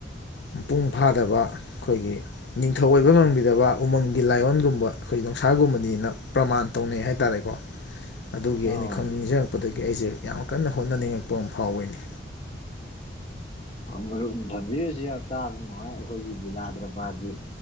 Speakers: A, on the left; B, on the left.
A: ꯃꯄꯨꯡ ꯐꯥꯗꯕ ꯑꯩꯈꯣꯏꯒꯤ ꯅꯤꯡꯊꯧ ꯑꯣꯏꯕ ꯉꯝꯈꯤꯗꯕ ꯎꯃꯪꯒꯤ ꯂꯥꯏꯌꯣꯟꯒꯨꯝꯕ ꯑꯩꯈꯣꯏ ꯅꯣꯡꯁꯥꯒꯨꯝꯕꯅꯤꯅ ꯄ꯭ꯔꯃꯥꯟ ꯇꯧꯅꯩ ꯍꯥꯏꯇꯥꯔꯦꯀꯣ ꯑꯗꯨꯒꯤ
B: ꯑꯣ
A: ꯑꯩꯅ ꯈꯟ ꯅꯤꯡꯖꯔꯛꯄꯗꯒꯤ ꯑꯩꯁꯦ ꯌꯥꯝ ꯀꯟꯅ ꯍꯣꯠꯅꯅꯤꯡꯉꯛꯄ ꯑꯃ ꯐꯥꯎꯕꯩꯅꯤ
B: ꯃꯔꯨꯞ ꯊꯝꯕꯤꯔꯁꯤ ꯌꯥꯝ ꯇꯥꯕ ꯅꯨꯡꯉꯥꯏ ꯑꯩꯈꯣꯏꯒꯤ ꯂꯤꯂꯥꯗ꯭ꯔꯕꯥꯗꯤ